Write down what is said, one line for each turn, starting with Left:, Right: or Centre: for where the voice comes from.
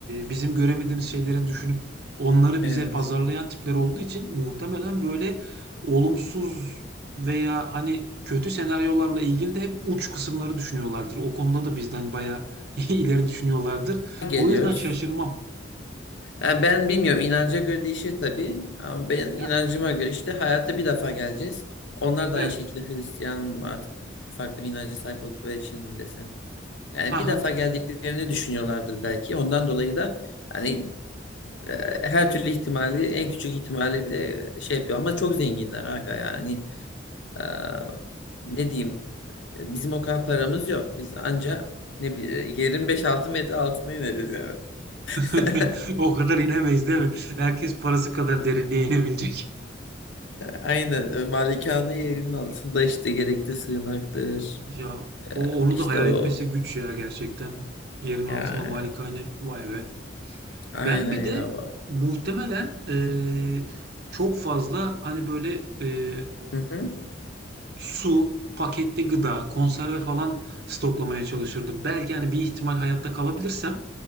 Right: bizim göremediğimiz şeyleri düşünüp onları
Left: Evet.
Right: bize pazarlayan tipler olduğu için muhtemelen böyle olumsuz veya hani kötü senaryolarla ilgili de hep uç kısımları düşünüyorlardır. O konuda da bizden bayağı <laughs> ileri düşünüyorlardır.
Left: Geliyoruz.
Right: O yüzden şaşırmam.
Left: Ya ben bilmiyorum inanca göre değişir tabii. Ama ben
Right: Ya
Left: inancıma göre işte hayata bir defa geleceğiz. Onlar da
Right: evet.
Left: aynı şekilde Hristiyan artık farklı bir inanca sahip oldukları için mi desem. Yani
Right: Haha.
Left: bir defa geldiklerini düşünüyorlardır belki. Ondan dolayı da hani e, her türlü ihtimali en küçük ihtimali bile şey yapıyor. Ama çok zenginler aga yani. e, ne diyeyim E, Bizim o kadar paramız yok. Biz anca ne bileyim yerin beş altı metre altına ineriz yani. <laughs>
Right: <laughs> O kadar inemeyiz değil mi? Herkes parası kadar derinliğe inebilecek.
Left: Aynen. e, Malikane yerinin altında işte gerekli sığınaktır.
Right: Ya
Left: E,
Right: o onu
Left: işte
Right: da hayal
Left: o.
Right: etmesi güç ya gerçekten. Yerin altında
Left: Yani
Right: malikane vay be.
Left: aynen
Right: Ben bir de
Left: ya.
Right: muhtemelen eee, çok fazla hani böyle eee,
Left: Hı hı.
Right: su, paketli gıda, konserve falan stoklamaya çalışırdım. Belki hani bir ihtimal hayatta kalabilirsem